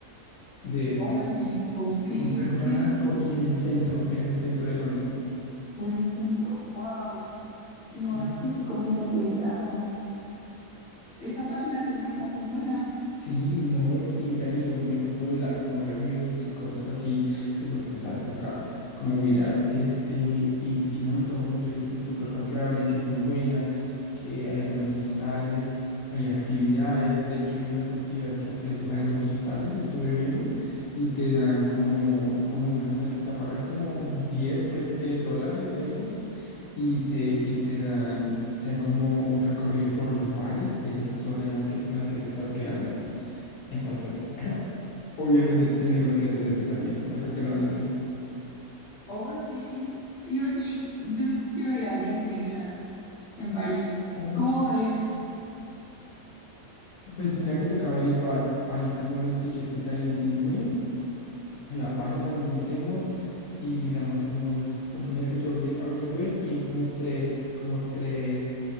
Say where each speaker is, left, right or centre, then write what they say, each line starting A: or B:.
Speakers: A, on the left; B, on the left.
A: de,
B: Órale,
A: pues,
B: ok,
A: Súper
B: ok.
A: barato y en el centro, en el centro de Londres.
B: En el centro, wow.
A: Sí,
B: No, es que sí conviene que hagamos. Esta página se ve que está muy buena.
A: sí, no. Y mira que yo me he puesto a mirar como reviews y cosas así, pues porque tú sabes que toca como mirar este y, y no, y todo el mundo dice que es súper confiable, que es muy buena, que hay buenos hostales, hay actividades. De hecho, hay unas actividades que ofrecen algunos hostales, estuve viendo, y te dan como, como una salida, o sea, pagas como 10, 20 dólares, euros y te, y te dan, te dan como un recorrido por los bares de la zona en las que, en la que te estás quedando. Entonces, <laughs> obviamente tenemos que hacer ese también. Toca que lo anotes.
B: Oh, sí. Y oye, yo quiero ir a Disneyland en París.
A: Oye,
B: ¿Cómo ves?
A: pues mira que toca averiguar ahí como los tiquetes ahí en Disney. En la página nos metemos y miramos como los, porque mira que yo vi- averigüé y hay como tres, como tres